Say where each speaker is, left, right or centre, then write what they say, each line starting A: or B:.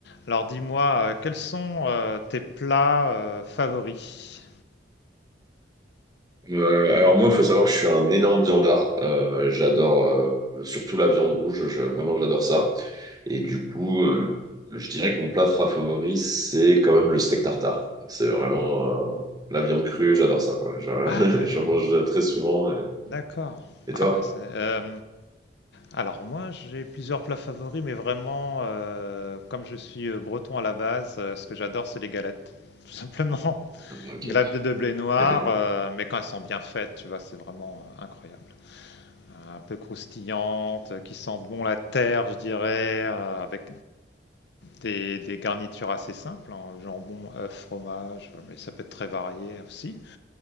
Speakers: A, on the left (about 65°); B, on the right (about 20°).
A: Alors dis-moi, euh, quels sont euh, tes plats euh, favoris?
B: Euh, alors moi, il faut savoir que je suis un énorme viandard. Euh, j'adore euh, surtout la viande rouge. Je, vraiment, j'adore ça. Et du coup, euh, je dirais que mon plat fra- favori, c'est quand même le steak tartare. C'est vraiment euh, la viande crue. J'adore ça. ouais. Je-
A: Ah ouais.
B: <laughs> J'en mange très souvent. euh.
A: D'accord.
B: Et toi?
A: Ah bah c'est, euh, alors moi j'ai plusieurs plats favoris, mais vraiment euh, comme je suis euh, breton à la base, euh, ce que j'adore c'est les galettes. Tout simplement. <laughs>
B: Ah, Ok.
A: Galettes de blé noir,
B: <laughs>
A: euh, mais quand elles sont bien faites, tu vois, c'est vraiment euh, incroyable. Un peu croustillantes, euh, qui sentent bon la terre, je dirais, euh, avec des, des garnitures assez simples, hein, jambon, œuf, fromage, euh, mais ça peut être très varié aussi.